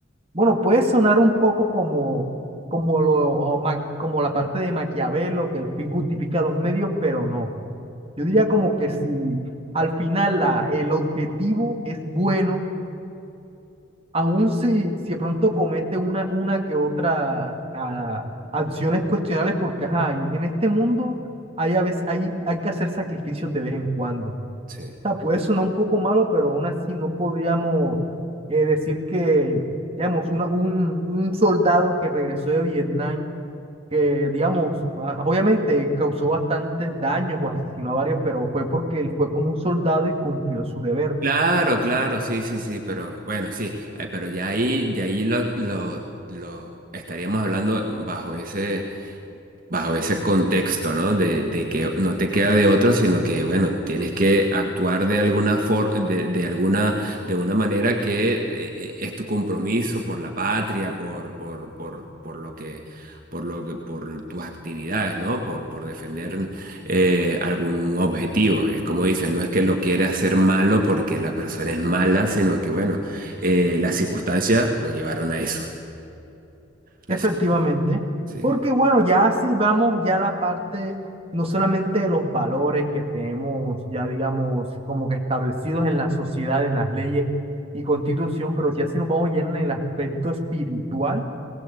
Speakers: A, on the right (about 30°); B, on the right (about 50°).
A: Bueno, puede sonar un poco como, como, lo, o ma- como la parte de Maquiavelo, que el fin justifica los medios, pero no. Yo diría como que si al final la, el objetivo es bueno, aún si, si de pronto comete una, una que otra ah, acciones cuestionables, porque ajá, y en este mundo hay, a veces, hay, hay que hacer sacrificios de vez en cuando. O
B: sí.
A: sea, puede sonar un poco malo, pero aún así no podríamos eh, decir que, digamos, una, un, un soldado que regresó de Vietnam, que, digamos, ah, obviamente causó bastantes daños o asesinó a varios, pero fue porque él fue como un soldado y cumplió su deber.
B: Claro, claro, sí, sí, sí, pero bueno, sí, eh, pero ya ahí, de ahí lo, lo, lo estaríamos hablando bajo ese, bajo ese contexto, ¿no? De, de que no te queda de otra, sino que, bueno, tienes que actuar de alguna forma, de, de alguna, de una manera que eh, eh, es tu compromiso por la patria, por, por, por, por lo que, por lo que, por tus actividades, ¿no? Por, por defender eh, algún objetivo. Es como dicen, no es que lo quieras hacer malo porque la persona es mala, sino que, bueno, eh, las circunstancias lo llevaron a eso. Las-
A: Efectivamente,
B: sí,
A: porque bueno, ya si vamos ya a la parte no solamente de los valores que tenemos ya digamos como que establecidos en la sociedad, en las leyes y constitución, pero ya si nos vamos ya en el aspecto espiritual,